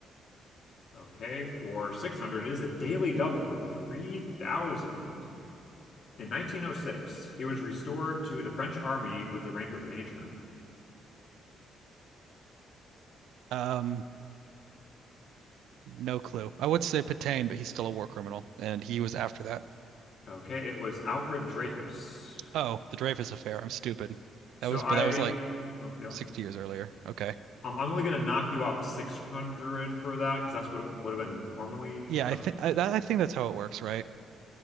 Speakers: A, on the left; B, on the right.
A: Okay, for 600, it is a daily double for 3,000. In 1906, he was restored to the French army with the rank of major.
B: Um, No clue. I would say Petain, but he's still a war criminal, and he was after that.
A: Okay, it was Alfred Dreyfus.
B: Oh, the Dreyfus Affair. I'm stupid.
A: So
B: That was,
A: I,
B: but that was like
A: oh, yeah,
B: 60 years earlier. Okay.
A: I'm, I'm only going to knock you off 600 for that because that's what it would have been normally.
B: Yeah,
A: I'm not,
B: I think I, that, I think that's how it works, right?